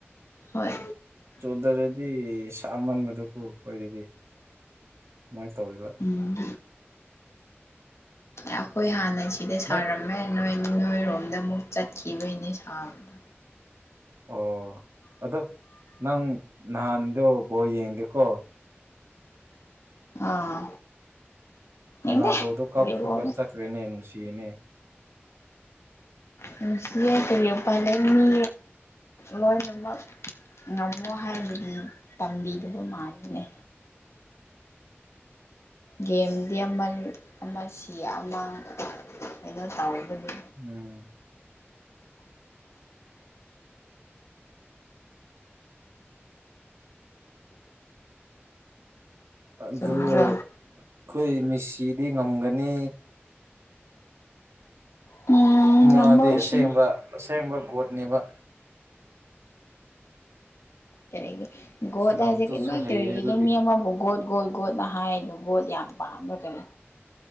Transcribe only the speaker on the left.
ꯍꯣꯏ
ꯎꯝ ꯑꯩꯈꯣꯏ ꯍꯥꯟꯅ ꯁꯤꯗ ꯁꯥꯔꯝꯃꯦ
ꯅꯣꯏ ꯅꯣꯏꯔꯣꯝꯗ ꯑꯃꯨꯛ ꯆꯠꯈꯤꯕꯩꯅꯦ ꯁꯥꯕꯗ
ꯑꯥ
ꯌꯦꯡꯗꯦ
ꯀꯔꯤꯕꯣꯅꯦ
ꯅꯨꯡ ꯁꯤ ꯀꯔꯤ ꯎꯄꯥꯏ ꯂꯩꯅꯤ ꯂꯣꯏꯅꯃꯛ ꯉꯝꯃꯣ ꯍꯥꯏꯕꯗꯤ ꯇꯝꯕꯤꯗꯕ ꯃꯥꯜꯂꯤꯅꯦ ꯒꯦꯝꯗꯤ ꯑꯃ ꯑꯃ ꯁꯤ ꯑꯃ ꯀꯩꯅꯣ ꯇꯧꯕꯅꯤ
ꯆꯨꯝꯗ꯭ꯔꯣ
ꯎꯝ
ꯉꯝꯕ ꯑꯣꯏꯁꯅꯨ
ꯀꯔꯤ ꯒꯣꯠ
ꯍꯥꯏꯁꯦ ꯅꯣꯏ
ꯀꯔꯤꯒꯤꯅꯣ
ꯃꯤ ꯑꯃꯕꯨ ꯒꯣꯠ ꯒꯣꯠ ꯒꯣꯠꯅ ꯍꯥꯏꯗꯣ ꯒꯣꯠ ꯌꯥꯝ ꯄꯥꯝꯕ ꯀꯩꯅꯣ